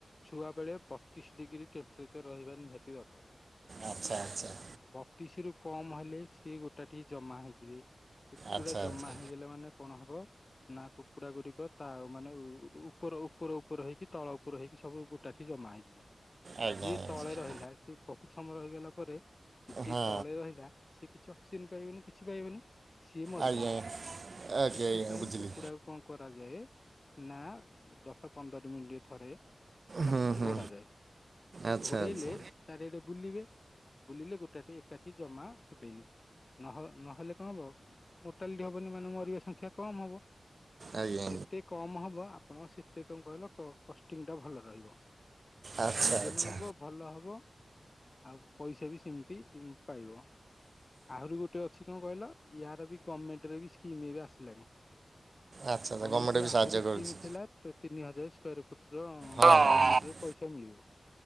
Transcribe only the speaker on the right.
ଆଚ୍ଛା ଆଚ୍ଛା।
ଆଚ୍ଛା
ଆଚ୍ଛା
ଆଜ୍ଞା
ଆଜ୍ଞା
ହଁ
ଆଜ୍ଞା ଆଜ୍ଞା ଓକେ
ଆଜ୍ଞା ବୁଝିଲି
ହୁଁ ହୁଁ
ଆଚ୍ଛା
ଆଚ୍ଛା
ଆଜ୍ଞା ଆଜ୍ଞା
ଆଚ୍ଛା
ଆଚ୍ଛା
ଆଚ୍ଛା ଆଚ୍ଛା
ଗଭର୍ଣ୍ଣମେଣ୍ଟ ବି
ସାହାଯ୍ୟ
କରୁଛି
ହଁ। ହଁ